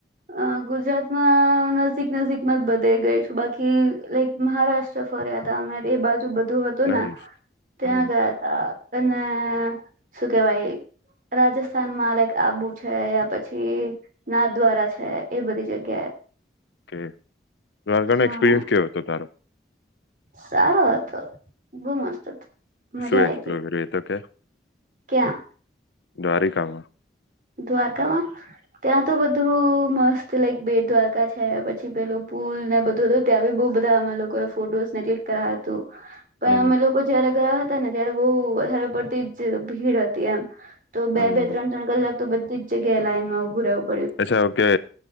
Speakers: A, on the right; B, on the left.
A: અ ગુજરાતમાં નજીક-નજીકમાં જ બધે ગઈ છું. બાકી લાઈક મહારાષ્ટ્ર ફર્યા હતા અમે એ બાજુ બ બધું હતું
B: નહી
A: ને ત્યાં
B: હમ
A: ગયા તા. અને શું કેવાય રાજસ્થાનમાં લાઈક આબુ છે યા પછી નાથદ્વારા છે એ બધી જગ્યાએ
B: કે દ
A: હા
B: ન એક્સપિરિયન્સ કેવો હતો તારો.
A: સારો હતો બહુ મસ્ત હતો. મજા
B: શું
A: આઈ
B: એક્સપ્લોર
A: હતી
B: કર્યું એ તો કે.
A: ક્યાં?
B: દ્વારીકામાં.
A: દ્વારકામાં. ત્યાં તો બધું સ્ત લક બે દ્વારકા છે પછી પેલું પુલ ને બધું હતું ત્યાં બી બહુ બધા અમે લોકો એ ફોટોસ ને ક્લિક કરા. પણ
B: હમ
A: અમે લોકો જયા ગયા હતા ને ત્યારે બહ વધારે પડતી જ ભીડ હતી એમ. તો બે
B: હમ
A: બે ત્રણ ત્રણ કલાક તો બધી જગ્યાએ લાઈનમાં ઊભું.
B: અચ્છા ઓકે